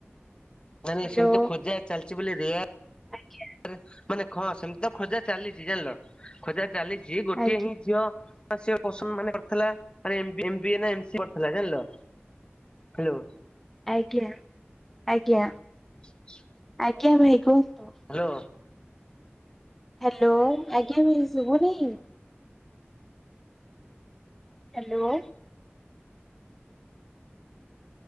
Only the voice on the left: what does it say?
ନାଇ ନାଇଁ
ସେମିତି ତ ଖୋଜା ଚାଲିଛି ବୋଲି ରେଆର
ମାନେ ହଁ। ସେମିତି ତ ଖୋଜା ଚାଲିଛି ଜାଣିଲ ଖୋଜା ଚାଲିଛି ଗୋଟିଏ
ହିଁ ଝିଅ। ସିଏ ପସନ୍ଦ ମାନେ କରିଥିଲା ମାନେ ଏମ୍ ଏମ୍ ବି ଏ ନା ଏମ୍ ସି ଏ କରିଥିଲା ଜାଣିଲ ହାଲୋ।
<inaudible>
ହାଲୋ।